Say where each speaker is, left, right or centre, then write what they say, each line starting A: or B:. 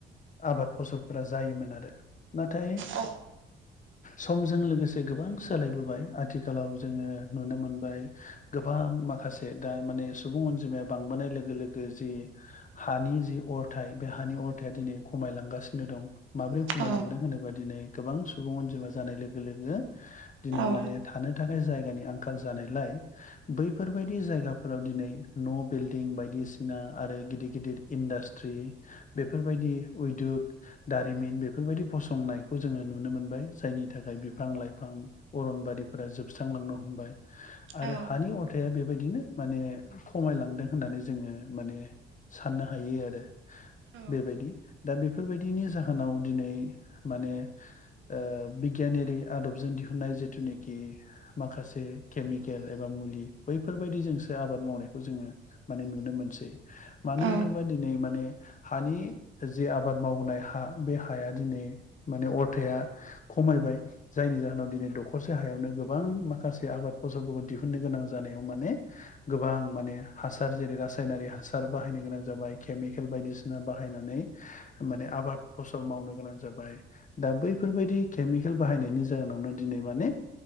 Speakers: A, on the left (about 40°); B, on the right (about 75°).
A: आबाद फसलफोरा जायोमोन आरो नाथाय
B: औ
A: समजों लोगोसे गोबां सोलायबोबाय आथिखालाव जोङो नुनो मोनबाय गोबां माखासे दा माने सुबुं अनजिमाया बांबोनाय लोगो लोगो जि हानि जि अरथायाइ बे हानि अरथाया दिनै खमायलांगासिनो दं। माब्रै खमायलांदों
B: औ
A: होनोबा दिनै गोबां सुबुं अनजिमा जानाय लोगो-लोगो दिनै
B: औ
A: माने थानो थाखाय जायगानि आंखाल जानायलाय बैफोरबायदि जायगाफोराव दिनै न' बिल्डिं बायदिसिना आरो गिदिर-गिदिर इन्डास्ट्रि बेफोरबायदि उयदुग दारिमिन बेफोरबायदि फसंनायखौ जोङो नुनो मोनबाय जायनि थाखाय बिफां लाइफां अरनबारिफोरा जोबस्रांलांनो हमबाय
B: औ
A: आरो हानि अरथाया बेबायदिनो माने खमायलांदों होननानै जोङो माने साननो हायो आरो।
B: औ
A: बेबायदि दा बेफोरबायदिनि जाहोनाव दिनै माने ओ बिगियानारि आदबजों दिहुनाय जिथुनि कि माखासे केमिकेल एबा मुलि बैफोरबायदि जोंसो आबाद मावनायखौ जोङो माने नुनो मोनसै मानो
B: औ
A: होनोबा दिनै माने हानि जे आबाद मावबोनाय हा बे हाया दिनै माने अरथाया खमायबाय जायनि जाहोनाव दिनै दखरसे हायावनो गोबां माखासे आबाद फसलफोरखौ दिहुननो गोनां जानायाव माने गोबां माने हासार जेरै रासायनारि हासार बाहायनो गोनां जाबाय केमिकेल बायदिसिना बा बाहायनानै माने आबाद फसल मावनो गोनां जाबाय। दा बैफोरबायदि केमिकेल बाहायनायनि जाहोनावनो दिनै माने